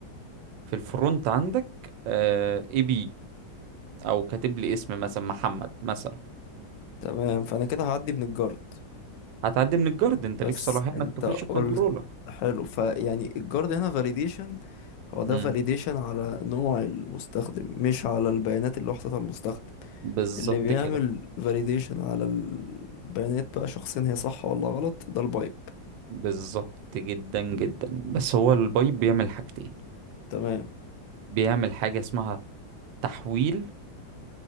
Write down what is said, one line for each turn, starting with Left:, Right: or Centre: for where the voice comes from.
Right: في الفرونت عندك اي بي او كاتب لي اسم مثلا محمد مثلا
Left: تمام فانا كده هعدي من الجارد
Right: هتعدي من الجارد انت
Left: بس
Right: ليك صلاحية
Left: انت
Right: انك تخش
Left: قلت
Right: الكنترولر
Left: حلو فيعني الجارد هنا فاليديشن هو ده
Right: امم
Left: فاليديشن على نوع المستخدم مش على البيانات اللي وحدتها المستخدم
Right: بالظبط
Left: اللي بيعمل
Right: كده
Left: فاليديشن على البيانات بقى شخصيا هي صح ولا غلط ده البايب
Right: بالظبط جدا جدا بس هو
Left: آه.
Right: البايب بيعمل حاجتين
Left: تمام
Right: بيعمل حاجة اسمها تحويل